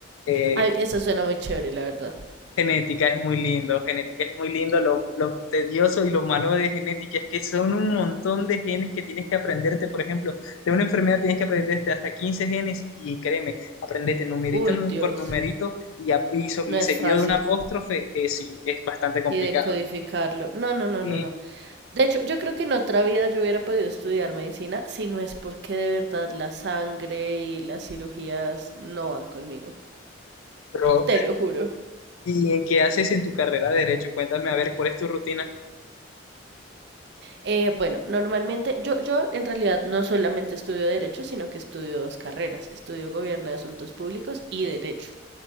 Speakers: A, on the left; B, on the right.
A: eh,
B: Ay, esa suena muy chévere, la verdad.
A: genética es muy lindo, genética es muy lindo. Lo, lo tedioso y lo malo de genética es que son un montón de genes que tienes que aprenderte. Por ejemplo, de una enfermedad tienes que aprenderte hasta 15 genes y créeme, aprendete numerito
B: Uy,
A: nu-
B: Dios.
A: por numerito y, a- y, so-
B: No
A: y
B: es
A: seguido
B: fácil.
A: de un apóstrofe, eh, sí, es bastante complicado.
B: Y decodificarlo. No, no, no,
A: Sí.
B: no, no. De hecho, yo creo que en otra vida yo hubiera podido estudiar medicina si no es porque de verdad la sangre y las cirugías no van conmigo.
A: Pero
B: Te lo juro.
A: ¿Y en qué haces en tu carrera de derecho? Cuéntame a ver cuál es tu rutina.
B: Eh, bueno, normalmente yo, yo en realidad no solamente estudio derecho, sino que estudio dos carreras. Estudio gobierno de asuntos públicos y derecho.